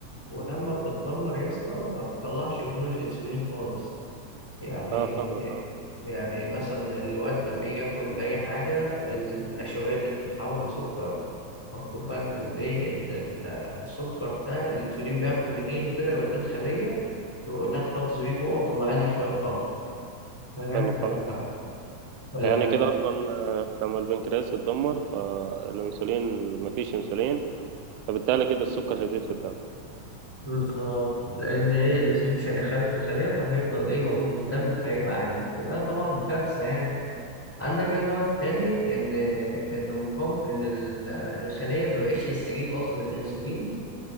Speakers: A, in the centre; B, on the right.
A: ولما بتتدمر يا اسطى ما بتطلعش هرمون الأنسولين خالص يعني
B: اه فاهمك اه
A: يعني مثلا الوقت لما يجي ياكل أي حاجة النشويات دي بتتحول لسكر مكتوب بقى إن الإيه إن ال- السكر ده الأنسولين بياخده من إيده كده يوديه الخلية يقول لها احتفظ بيه جوه وطلع لنا شوية طاقة فاهم
B: حلو
A: ف-
B: خالص
A: فلما
B: يعني كده اصلا آه، لما البنكرياس اتدمر فالانسولين مفيش انسولين فبالتالي كده السكر هيزيد في الدم
A: بالظبط لأن إيه الأنسولين مش هيدخله في الخلية فهيفضل إيه موجود في الدم فهيبقى عادي وده طبعا كارثة يعني عندك بقى النوع التاني إن إن مقام إن ال- الخلية ما بقتش تستجيب أصلا للأنسولين